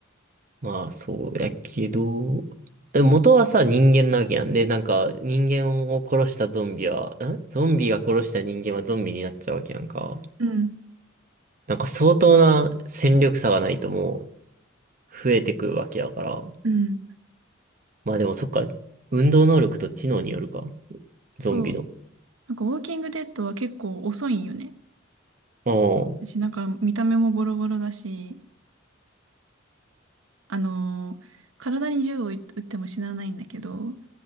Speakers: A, on the right (about 40°); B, on the right (about 85°).
A: まあ、そうやけど、え元はさ、人間なわけやん。で、なんか、人間を殺したゾンビは、んゾンビが殺した人間はゾンビになっちゃうわけやんか。
B: うん、
A: なんか、相当な戦力差がないともう、増えてくるわけやから。
B: うん。
A: まあでも、そっか、運動能力と知能によるか。
B: そう。
A: ゾンビの。
B: なんかウォーキングデッドは結構遅いんよね。
A: ああ、
B: 私なんか見た目もボロボロだし、あのー体に銃を撃っても死なないんだけど、